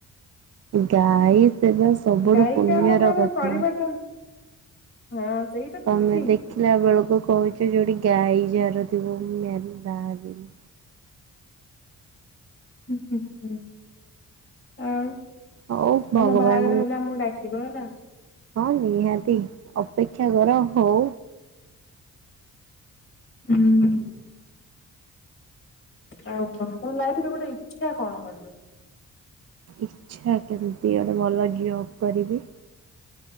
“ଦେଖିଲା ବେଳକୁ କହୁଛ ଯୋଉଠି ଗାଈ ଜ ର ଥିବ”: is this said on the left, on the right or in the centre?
Right